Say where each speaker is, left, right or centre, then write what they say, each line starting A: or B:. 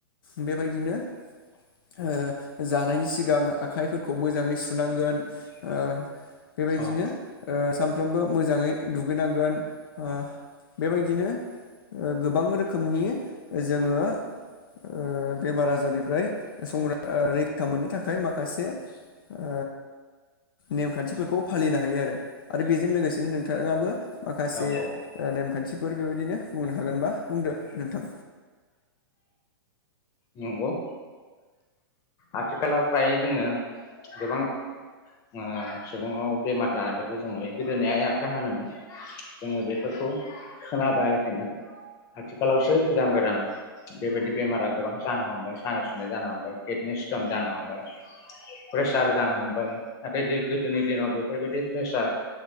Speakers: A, on the left; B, on the left.
A: बेबायदिनो ओ जानायनि सिगां आखाइफोरखौ मोजाङै सुनांगोन ओ बेबायदिनो
B: औ
A: ओ सानफ्रोमबो मोजाङै दुगैनांगोन ओ बेबायदिनो ओ गोबां रोखोमनि जोङो ओ बेमार आजारनि फ्राय संरा रैखा मोननो थाखाय माखासे ओ नेमखान्थिफोरखौ फालिनो हायो आरो बे जों लोगोसेनो नोंथांङाबो माखासे
B: औ औ
A: ओ नेमखान्थिफोर बे बिनो बुंनो हागोनबा बुंदो नोंथां
B: नंगौ आथिखालावफ्राय जोंङो गोबां ओ सुबुंआव बेमार जानायफोरखौ जों नुयो गोदोनि आइ आफाया होनोमोन जोंङो बेफोरखौ खोनाबायाखैमोन आथिखालावसो गोदान- गोदान बेबायदि बेमारा गोबां जानो हमबाय सानाय सुनाय जानो हमबाय किदनि स्टन जानो हमबाय सार जानो हमबाय नाथाय जों गोदोनि दिनाव बेफोरबायदि प्रेसार